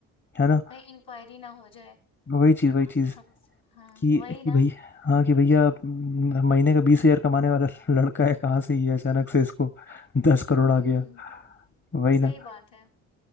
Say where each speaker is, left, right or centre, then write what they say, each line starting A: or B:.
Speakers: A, on the left; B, on the left.
A: है ना
B: भाई इंक्वायरी ना हो जाए
A: वही चीज़ वही
B: हाँ
A: चीज़
B: हाँ,
A: कि
B: वही ना
A: कि भाई हाँ कि भैया
B: हम्म
A: हम्म, महीने का बीस हजार कमाने वाला लड़का है कहाँ से ये
B: हम्म
A: अचानक से इसको दस करोड़
B: हम्म,
A: आ गया वही
B: सही
A: ना
B: बात है हम्म